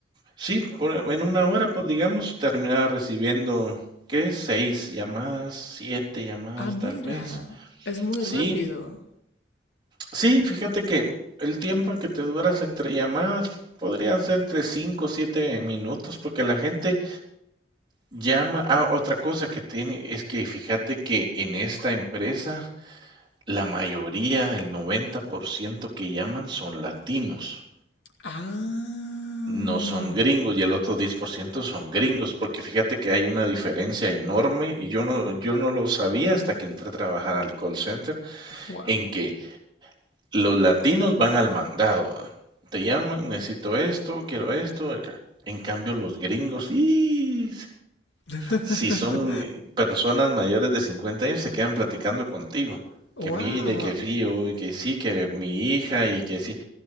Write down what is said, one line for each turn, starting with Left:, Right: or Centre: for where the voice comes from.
Right: Sí, por- en una hora, pues digamos, terminaba recibiendo, ¿qué? Seis llamadas, siete llamadas
Left: Ah, mira.
Right: tal vez.
Left: Es muy
Right: Sí,
Left: rápido.
Right: Sí, fíjate que el tiempo que te duras entre llamadas podrían ser entre 5 o 7 minutos, porque la gente llama. Ah, otra cosa que tiene es que fíjate que en esta empresa la mayoría, el 90% que llaman son latinos,
Left: Ah.
Right: no son gringos y el otro 10% son gringos, porque fíjate que hay una diferencia enorme y yo no, yo no lo sabía hasta que entré a trabajar al call center,
Left: Wow.
Right: en que los latinos van al mandado. ¿va? Te llaman, necesito esto, quiero esto. acá. En cambio, los gringos, y
Left: <laughs>
Right: si son eh, personas mayores de 50 años, se quedan platicando contigo.
Left: wow.
Right: Que mire, que fío, y que sí, que mi hija, y que sí.